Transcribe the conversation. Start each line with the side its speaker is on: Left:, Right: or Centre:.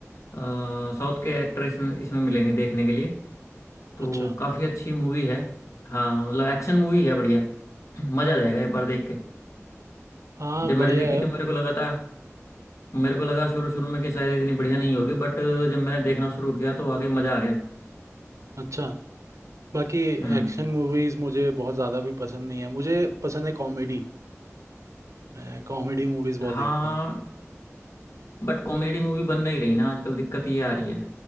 Left: साउथ के एक्टर इसमें इसमें मिलेंगे देखने के लिए तो
Right: अच्छा
Left: काफ़ी अच्छी मूवी है हाँ मतलब एक्शन मूवी है बढ़िया मज़ा आ जाएगा एक बार देख के
Right: हाँ
Left: जब
Right: बढ़िया
Left: मैंने देखी
Right: है
Left: तो मेरे को लगा था मेरे को लगा शुरू शुरू में कि शायद इतनी बढ़िया नहीं होगी बट जब मैंने देखना शुरू किया तो आगे मज़ा आ गया
Right: अच्छा बाकी
Left: हम्म
Right: एक्शन मूवीज मुझे बहुत ज़्यादा भी पसंद नहीं है मुझे पसंद है कॉमेडी मैं कॉमेडी मूवीज बहुत
Left: हाँ
Right: देखता हूँ
Left: बट कॉमेडी मूवी बन नहीं रही ना आजकल दिक्कत ये आ रही है